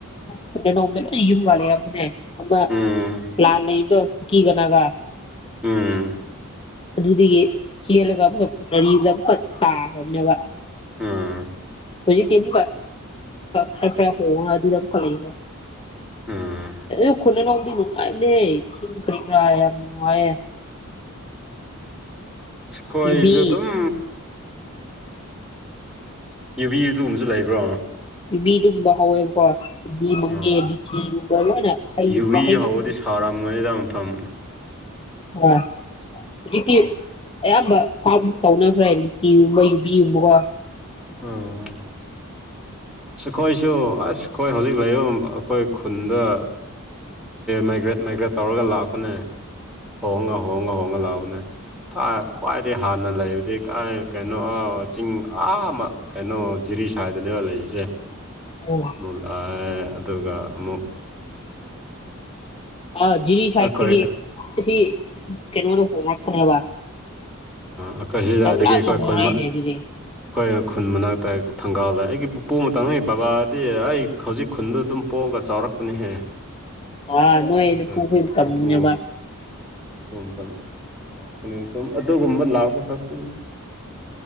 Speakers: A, on the left (about 25°); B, in the centre.
A: ꯈꯨꯗ ꯅꯣꯡꯗ ꯂꯣꯏ ꯌꯨꯝꯒ ꯂꯩꯔꯝꯕꯅꯦ꯫ ꯑꯃ
B: ꯎꯝ
A: ꯂꯥꯟ ꯂꯩꯕꯗꯣ ꯀꯨꯀꯤ ꯒ ꯅꯒꯥ
B: ꯎꯝ
A: ꯑꯗꯨꯗꯒꯤ ꯆꯦꯜꯂꯒ ꯑꯃꯨꯛꯀ ꯈꯨꯠꯅꯗ ꯑꯃꯨꯛꯀ ꯇꯥꯈ꯭ꯔꯕꯅꯦꯕ꯫
B: ꯑꯥ
A: ꯍꯧꯖꯤꯛꯇꯤ ꯑꯃꯨꯛꯀ ꯈꯔ ꯈꯔ ꯍꯣꯡꯉ ꯑꯗꯨꯗ ꯑꯃꯨꯛ ꯂꯩꯕ
B: ꯑꯥ
A: ꯑꯗꯨ ꯈꯨꯟ ꯑꯅꯧꯕꯗꯨ ꯌꯥꯝ ꯅꯨꯡꯉꯥꯏꯕꯅꯦꯍ‌ꯦ ꯏꯁꯤꯡ ꯀꯔꯤ ꯀꯔꯥ ꯌꯥꯝ ꯅꯨꯡꯉꯥꯏꯌꯦ꯫
B: ꯈ‌ꯣꯏꯁꯨ
A: ꯌꯨꯕꯤ
B: ꯑꯗꯨꯝ ꯌꯨꯕꯤ ꯑꯗꯨꯒꯨꯝꯕꯁꯨ ꯂꯩꯕ꯭ꯔꯣ꯫
A: ꯌꯨꯕꯤ ꯗꯨꯨꯝꯕ ꯍꯧꯋꯦꯕꯀꯣ꯫ ꯌꯨꯕꯤ ꯃꯪꯒꯦ
B: ꯑꯥ
A: ꯂꯤꯆꯤ ꯂꯣꯏꯅ ꯍꯧꯕ
B: ꯌꯨꯕꯤ
A: ꯍꯩꯅꯧ꯫
B: ꯍꯧꯕꯗꯤ ꯁꯥꯔꯝꯒꯅꯤꯗ ꯃꯐꯝ
A: ꯑ ꯍꯧꯖꯤꯛ
B: ꯎꯝ
A: <unintelligible> ꯑꯌꯥꯝꯕ ꯐꯥꯝ ꯇꯧꯅꯈ꯭ꯔꯦ ꯂꯤꯆꯤꯒꯨꯝꯕ ꯌꯨꯕꯤꯒꯨꯝꯕꯒ‌ꯣ꯫
B: <unintelligible> <unintelligible> ꯑꯈꯣꯏꯁꯨ ꯑꯁ ꯑꯈꯣꯏ ꯍꯧꯖꯤꯛ ꯂꯩꯔꯤꯕ ꯑꯈꯣꯏ ꯈꯨꯟꯗ‌ꯣ꯫ ꯃꯥꯏꯒ꯭ꯔꯦꯠ ꯃꯥꯏꯒ꯭ꯔꯦꯠ ꯇꯧꯔꯒ ꯂꯥꯛꯄꯅꯦ ꯍꯣꯡꯉ ꯍꯣꯡꯉ ꯍꯣꯡꯉ ꯂꯛꯑꯕꯅꯦ ꯈ꯭ꯋꯥꯏꯗꯒꯤ ꯍꯥꯟꯅ ꯂꯩꯕꯗꯤ ꯀꯩꯅꯣ ꯆꯤꯡ ꯑꯥ ꯑꯃ ꯀꯩꯅꯣ ꯖꯤꯔꯤ ꯁ ꯍꯥꯏꯗꯅꯦꯕ ꯂꯩꯔꯤꯁꯦ
A: ꯑꯣ
B: ꯑꯃꯨꯛ ꯂꯥꯛꯑꯦ ꯑꯗꯨꯒ ꯑꯃꯨꯛ
A: ꯑ ꯖꯤꯔꯤ ꯁꯥꯏꯠꯇꯒꯤ
B: ꯑꯩꯈꯣꯏ
A: ꯑꯁꯤ ꯀꯩꯅꯣꯗꯣ ꯍꯣꯡꯡꯂꯛꯄꯅꯦꯕ
B: ꯑꯩꯈꯣꯏ ꯁꯤꯖꯗꯒꯤ
A: ꯂꯥꯞꯅ
B: ꯑꯩꯈꯣꯏ
A: ꯍꯣꯡꯂꯛꯑꯦꯅꯦ
B: ꯈꯨꯣꯏꯃꯛ
A: ꯑꯗꯨꯗꯤ
B: ꯑꯩꯈꯣꯏ ꯈꯨꯟ ꯃꯅꯥꯛꯇ ꯊꯪꯒꯥꯜꯗ ꯑꯩꯒꯤ ꯄꯨꯄꯨ ꯑꯃ ꯇꯥꯡꯩ ꯕꯕꯥꯗꯤ ꯑꯩ ꯍꯧꯖꯤꯛ ꯈꯨꯟꯗ ꯑꯗꯨꯝ ꯄꯣꯛꯑꯒ ꯆꯥꯎꯔꯛꯄꯅꯤꯍꯦ
A: ꯑꯥ ꯅꯣꯏ
B: ꯃꯈ
A: ꯅꯄꯨꯈꯣꯏ ꯃꯇꯝꯅꯦꯕ
B: ꯄꯞꯄꯨ ꯄꯣ ꯇꯝ ꯂꯥꯛꯀꯅꯦ ꯑꯗꯨꯒꯨꯝꯕ ꯂꯥꯛꯄ ꯈꯛꯄ